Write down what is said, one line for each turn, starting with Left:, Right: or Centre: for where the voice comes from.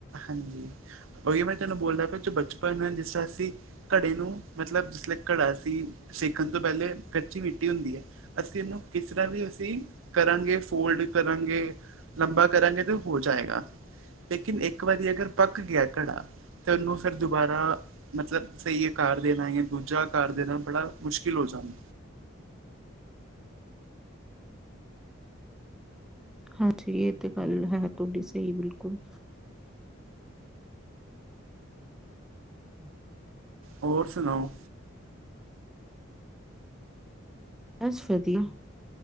Right: ਹਾਂਜੀ, ਉਹੀ ਮੈਂ ਤੁਹਾਨੂੰ ਬੋਲਦਾ ਪਿਆ ਜੋ ਬਚਪਨ ਜਿਸ ਤਰ੍ਹਾਂ ਅਸੀਂ ਘੜੇ ਨੂੰ ਮਤਲਬ ਸਲਿਕਰ ਆ ਸੀ ਸੇਕਣ ਤੋਂ ਪਹਿਲੇ ਕੱਚੀ ਮਿੱਟੀ ਹੁੰਦੀ ਹੈ। ਅਸੀਂ ਇਹਨੂੰ ਕਿਸ ਤਰ੍ਹਾਂ ਵੀ ਅਸੀਂ ਕਰਾਂਗੇ ਫੋਲਡ ਕਰਾਂਗੇ, ਲੰਬਾ ਕਰਾਂਗੇ ਤੇ ਹੋ ਜਾਏਗਾ ਲੇਕਿਨ ਇੱਕ ਵਾਰੀ ਅਗਰ ਪੱਕ ਗਿਆ ਘੜਾ ਤੇ ਉਹਨੂੰ ਫਿਰ ਦੁਬਾਰਾ ਮਤਲਬ ਸਹੀ ਅਕਾਰ ਦੇਣਾ ਜਾਂ ਦੂਜਾ ਆਕਾਰ ਦੇਣਾ ਬੜਾ ਮੁਸ਼ਕਿਲ ਹੋ ਜਾਂਦਾ।
Centre: ਹਾਂਜੀ, ਇਹ ਤੇ ਗੱਲ ਹੈ ਤੁਹਾਡੀ ਸਹੀ ਬਿਲਕੁਲ। ਹਮ <inaudible>
Right: ਹੋਰ ਸੁਣਾਓ?
Centre: ਬਸ ਵਧੀਆ।